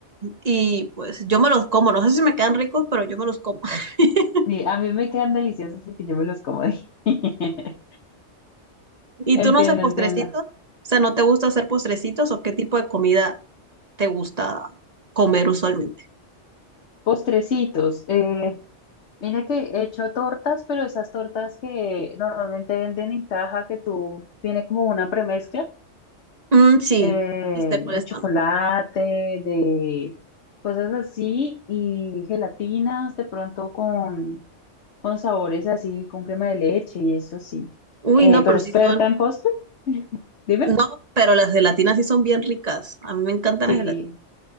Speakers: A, on the right (about 35°); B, on the left (about 65°).
A: y pues yo me los como. No sé si me quedan ricos, pero yo me los como. <laughs>
B: Sí, a mí me quedan deliciosos porque yo me los como de... <laughs>
A: ¿Y
B: Entiendo,
A: tú no haces postrecitos?
B: entiendo.
A: O sea, ¿no te gusta hacer postrecitos o qué tipo de comida te gusta comer usualmente?
B: Postrecitos. Eh, mira que he hecho tortas, pero esas tortas que normalmente venden en caja, que tú tiene como una premezcla.
A: Mm, sí,
B: eh,
A: sí sé cuáles
B: de chocolate,
A: son.
B: de cosas así y gelatinas de pronto con, con sabores así, con crema de leche y eso sí.
A: Uy,
B: Eh,
A: no,
B: pero
A: pero
B: experta
A: sí son,
B: en postres, <laughs> dime.
A: no, pero las gelatinas sí son bien ricas. A mí me encantan
B: Sí,
A: las gelatinas.